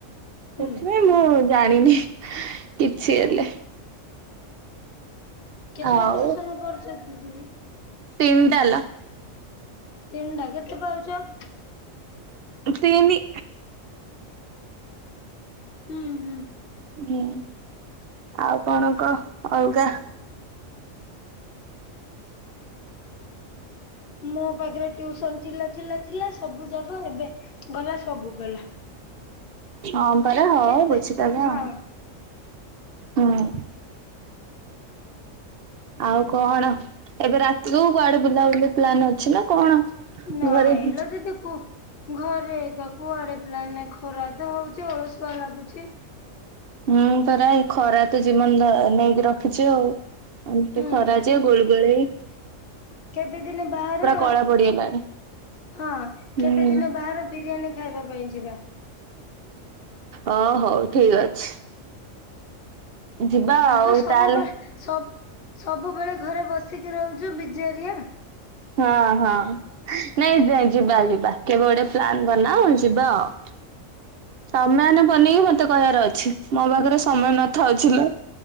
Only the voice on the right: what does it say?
ସେଥିପାଇଁ
ମୁଁ-ଉ-ଉ-ଉ ଜା ଯାଣିନି କିଛି ହେଲେ
ଆଉ
ତିନି ଟାଲ।
ତିନି।
ହୁଁ ଆଉ କଣ କହ ଅଲଗା?
ହଁ ପରା ହଁ
ବୁଝିଦବା
ଆଉ। ହୁଁ। ଆଉ କଣ ଏବେ ରାତିକୁ କୁଆଡେ ବୁଲାବୁଲି ପ୍ଲାନ ଅଛି ନା କଣ?
ଘରେ ହିଁ।
ହୁଁ ପରା ଏ ଖରା ତ ଜୀବନ ଧ ନେଇକି ରଖିଚି ଆଉ। ଏମିତି
ଖରା ଯେ ଗୁଳୁଗୁଳେଇ
କଳା ପଡିଗଲାଣି।
ହୁଁ
ଓ ହଉ ଠିକ୍ ଅଛି। ଯିବା
ଆଉ
ତାହେଲେ
ହଁ ହଁ ନାଇଁ ଯା ଯିବା ଯିବା କେବେ ଗୋଟେ ପ୍ଲାନ୍ ବନାଅ
ଯିବା ଆଉ। ତମେମାନେ ବନେଇକି ମତେ କହିବାର ଅଛି ମୋ ପାଖରେ ସମୟ ନଥ ଅଛି ଲ